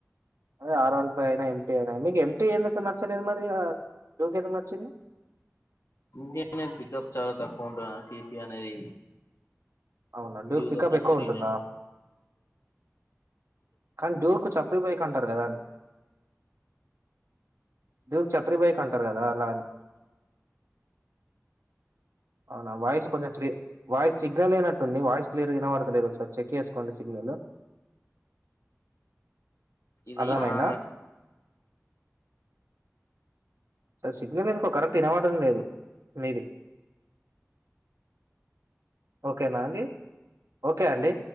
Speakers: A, on the right; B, on the left.
A: అదే ఆర్ వన్ ఫైవ్ అయినా యంటి అయినా మీకు యం టి ఎందుకు నచ్చలేదు మరి టూ క ఎందుకు నచ్చింది
B: ఇంటర్నేెట్ పికప్ చాలా తక్కువ ఉంటు సీసీ అనేది
A: అవునండుడి
B: డ్యూక్
A: పికప్
B: వచ్చేసి
A: ఎక్కువ
B: త్రీ
A: ఉంటుందా
B: నైన్
A: కానీ డ్యూకు చాప్రి బైక్ అంటారు కదా డ్యూక్ చాప్రీ బైక్ అంటారు కదా అలా అవునా వాయిస్ కొంచెం క్ వాయిస్ సిగ్నల్ అయినట్టుంది వాయిస్ క్లియర్గాన పడలేదు ఒకసారి చెక్ చేసుకోండి సిగ్నల్ హలో
B: ఇది
A: అర్థమైందా
B: మన
A: సార్ సిగ్నల్ ఇందుకో కరెక్ట్ గా వినపడడం లేదు మీది ఓకేనా అండి ఓకే అండి